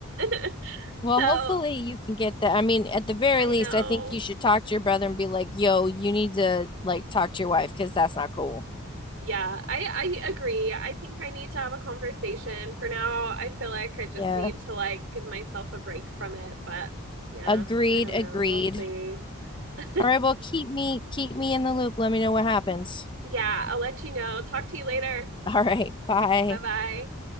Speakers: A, on the right (about 60°); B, on the left (about 20°).
A: <laughs>
B: Well,
A: so,
B: hopefully you can get that. I mean, at the very
A: I
B: least,
A: know.
B: I think you should talk to your brother and be like, yo, you need to, like, talk to your wife because that's not cool.
A: Yeah, I I agree. I think I need to have a conversation. For now, I feel like I just
B: Yeah.
A: need to like give myself a break from it, but yeah,
B: Agreed.
A: I don't
B: Agreed.
A: know. We'll see. <laughs>
B: All right. Well, keep me, keep me in the loop. Let me know what happens.
A: Yeah, I'll let you know. Talk to you later.
B: All right. Bye.
A: Bye-bye.